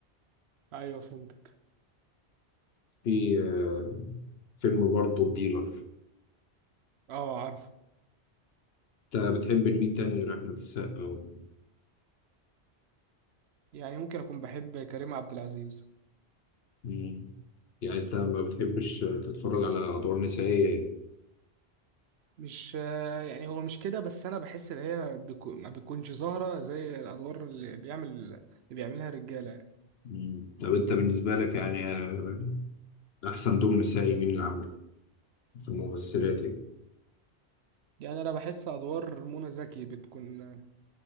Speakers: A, on the right; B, on the left.
A: ايوه فهمتك
B: في آه، فيلم برضه الديلر
A: اه عارف
B: أنت بتحب مين تاني غير أحمد السقا و...
A: يعني ممكن اكون بحب كريم عبد العزيز
B: مم. يعني أنت ما بتحبش تتفرج على أدوار نسائية يعني
A: مش آه، يعني هو مش كده بس انا بحس ان هي بيكو- ما بتكونش ظاهرة زي الادوار اللي بيعمل اللي بيعملها الرجالة يعني
B: مم. طب أنت بالنسبة لك يعني آه، أحسن دور نسائي مين اللي عمله في الممثلات يعني
A: يعني انا بحس ادوار منى زكي بتكون آه،